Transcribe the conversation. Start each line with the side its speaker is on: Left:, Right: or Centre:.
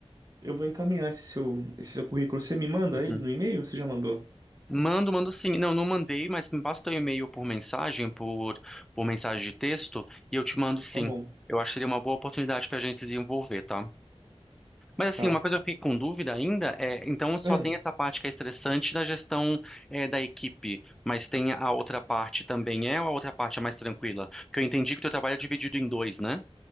Right: eu vou encaminhar esse seu, esse seu currículo. Você me manda
Centre: uhum.
Right: ele no e-mail? Você já mandou?
Centre: Mando, mando sim. Não, não mandei, mas me basta o e-mail por mensagem, por, por mensagem de texto, e eu te mando sim.
Right: Tá bom.
Centre: Eu acho que seria uma boa oportunidade para a gente se envolver, tá? Mas assim,
Right: Tá.
Centre: uma coisa que eu fiquei com dúvida ainda é, então só
Right: Ahn,
Centre: tem essa parte que é estressante da gestão eh, da equipe, mas tem a outra parte também é ou a outra parte é mais tranquila? Porque eu entendi que o teu trabalho é dividido em dois, né?